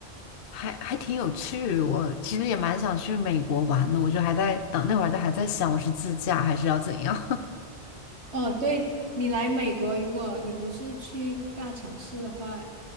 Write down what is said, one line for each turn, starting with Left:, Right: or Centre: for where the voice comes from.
Left: 还还挺有趣。我其实也蛮想去美国玩的，我就还在等那会儿，就还在想我是自驾还是要怎样。
Right: 哦，对，你来美国，如果你不是去大城市的话，